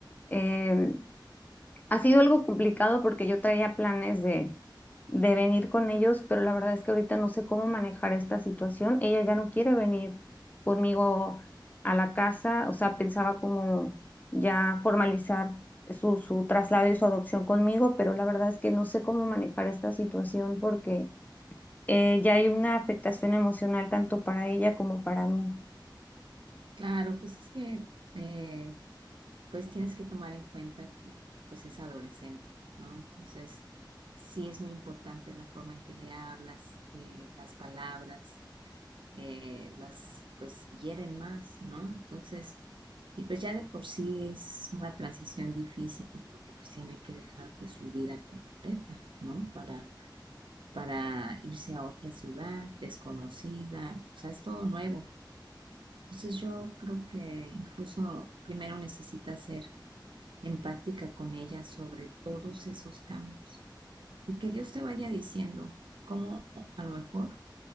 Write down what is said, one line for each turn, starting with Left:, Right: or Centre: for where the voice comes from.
Left: em, ha sido algo complicado porque yo traía planes de, de venir con ellos, pero la verdad es que ahorita no sé cómo manejar esta situación. Ella ya no quiere venir conmigo a la casa, o sea, pensaba como ya formalizar su, su traslado y su adopción conmigo, pero la verdad es que no sé cómo manejar esta situación porque eh, ya hay una afectación emocional tanto para ella como para mí.
Right: Claro, pues es que eh, pues tienes que tomar en cuenta que pues es adolescente, ¿no? Entonces, sí es muy importante la forma en que le hablas, eh, las palabras, eh, las pues hieren más, ¿no? Entonces, y pues ya de por sí es una transición difícil porque pues tiene que dejar pues su vida completa, ¿no? Para para irse a otra ciudad desconocida, o sea, es todo nuevo. Entonces yo creo que incluso primero necesita ser empática con ella sobre todos esos cambios y que Dios te vaya diciendo cómo a lo mejor